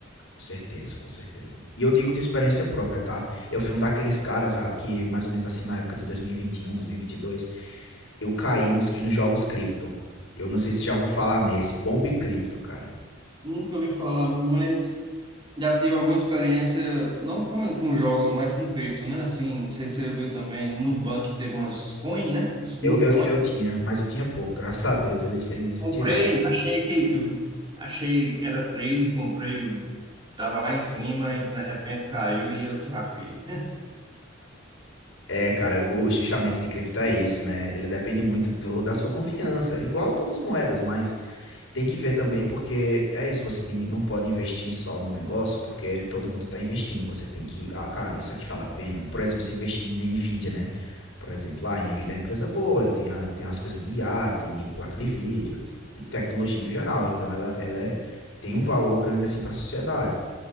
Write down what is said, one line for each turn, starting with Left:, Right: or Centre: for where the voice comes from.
Left: Com certeza, com certeza. E eu digo de experiência própria, tá? Eu fui um daqueles caras ah, que, mais ou menos assim, na época de 2021, 2022, eu caí nos, nos jogos cripto. Eu não sei se já ouviu falar nesse, Bomb Cripto, cara.
Right: Nunca ouvi falar, mas já tive alguma experiência, não com, com jogos, mas com cripto, né? Assim, não sei se você viu também, no Nubank teve umas coin, né? No
Left: Eu, eu,
Right: coin,
Left: eu tinha, mas eu tinha pouco, graças a Deus, eles, eles
Right: comprei,
Left: tiraram.
Right: achei que achei que era trade, comprei, tava lá em cima e de repente caiu e eu se lasquei.
Left: É, cara, eu vou justamente de cripto é isso, né? Ele depende muito do, da sua confiança, igual todas as moedas, mas tem que ver também porque é isso, você tem, não pode investir só no negócio porque todo mundo tá investindo, você tem que, ah, caramba, isso aqui vale a pena. Por exemplo, se investir na Nvidia, né? Por exemplo, lá, a Nvidia é uma empresa boa, tem, a, tem as coisas de IA, tem de placa de vídeo, de tecnologia no geral, então ela, ela é, tem um valor grande assim para a sociedade.